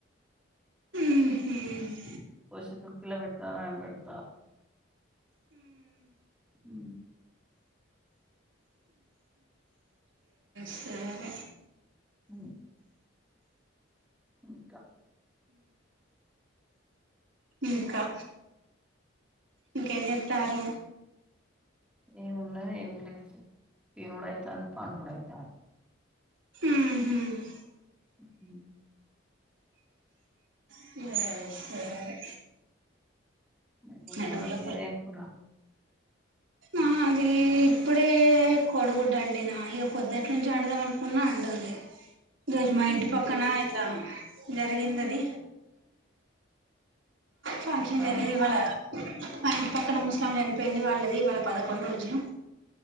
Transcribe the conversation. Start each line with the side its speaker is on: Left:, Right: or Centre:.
Right: ఉహ
Centre: పోశ దు కల పెట్టన అ పెడత ఉ
Right: సేర
Centre: అ ఇంకా
Right: ఇంకా ఇంకాజతారు
Centre: ఏమున్నది ఏం లేదు తినుడు అయితోంది పండుడు అయితోంది
Right: హ
Centre: <inaudible>
Right: సరే సరే
Centre: మెత్తిం
Right: నడువుల
Centre: కూర మీదేమో కూర
Right: ఆ అది ఇప్పుడే కోడిగుడ్డ అండి నా ఇక పొద్దుట్ నుంచి వండదాం అనుకున్నా అండోలే <inaudible> ఈ రోజు మా
Centre: ఉమ్,
Right: ఇంటి పక్కన ఇట్లా జరిగింద అది ఫంక్షన్
Centre: ఆ
Right: లేదు ఇవాళ్ళ మా ఇంటి పక్కన ముసలామే చనిపోయింది వాళ్ళది ఇవాళ్ళ పదకొండు రోజులు